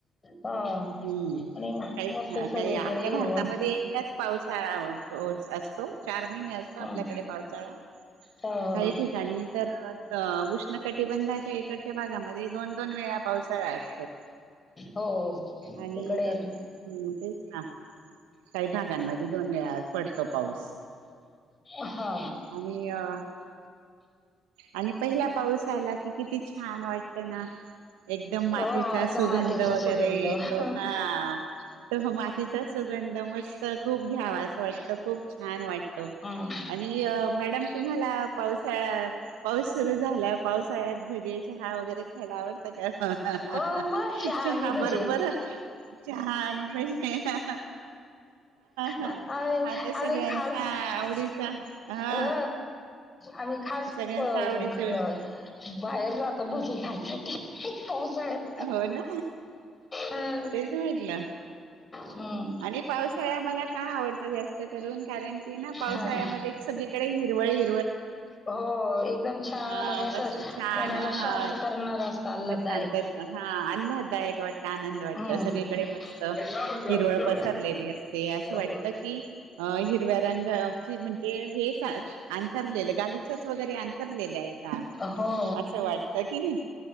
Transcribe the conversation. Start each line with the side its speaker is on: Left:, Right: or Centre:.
Left: हो
Right: हम्म
Left: आणि
Right: काही
Left: मस्त सर्वीकडे
Right: काही आपल्या
Left: हिरवळ
Right: भारतामध्ये एकदाच पावसाळा हो असतो, चार महिने असतो
Left: हं.
Right: आपल्याकडे पावसाळा.
Left: हो
Right: काही ठिकाणी इंटरनल अ उष्ण कटी बंदात इकडच्या भागामध्ये दोन दोन वेळा पावसाळा असतो
Left: हो
Right: आणि
Left: तिकडे
Right: तेच ना काही भागांमध्ये दोन वेळा पडतो पाऊस
Left: हा
Right: आणि अ आणि पहिला- पाऊस आला की किती छान वाटत ना, एकदम मातीचा
Left: हो एकदम
Right: सुगंध
Left: मातीचा
Right: वगैरे
Left: सुगंध
Right: येतो,
Left: हं.
Right: हा तसा मातीचा सुगंध मस्त खूप घ्यावा असं वाटतं खूप छान वाटतं
Left: हं.
Right: आणि मॅडम तुम्हाला पावसाळा पाऊस सुरू झाला पावसाळ्यात भजे चहा वगैरे खायला आवडतं का? हं हा हा
Left: हो मग
Right: चहा
Left: आणि भजे
Right: बरोबर, चहा आणि भजे हा हा
Left: आम्ही
Right: हा तर सगळ्यांचा
Left: आम्ही खास
Right: आवडीचा हा
Left: हो आम्ही खास
Right: सगळ्यांचा
Left: बाहेर
Right: आवडीचा विषय
Left: जातो भजे खायसाठी पावसाळ्यात
Right: हो ना
Left: हं.
Right: तेच म्हंटल
Left: हं.
Right: आणि पावसाळ्या मला का आवडतं जास्त करून, कारण की ना पावसाळ्यामध्ये
Left: हं.
Right: सगळीकडे हिरवळी
Left: हो एकदम छान
Right: हा
Left: आणि एक
Right: मस्त छान
Left: मनाला
Right: हा
Left: शांत करणार असत, आल्हाद दायक
Right: शांत हा आल्हाद दायक वाटत, आनंद वाटत
Left: हम्म
Right: सगळीकडे मस्त
Left: हे शंभर रुपया,
Right: हिरवळ
Left: किती रुपये?
Right: पसरलेली असत ते असं
Left: शंभर
Right: वाटत
Left: रुपया.
Right: की अ हे <unintelligible> हिवळ्या रंगाची म्हणजे हे आतरलेल गालीच्याच वैगरे आंथरलेल आहे का?
Left: हो
Right: अस वाटत की नाही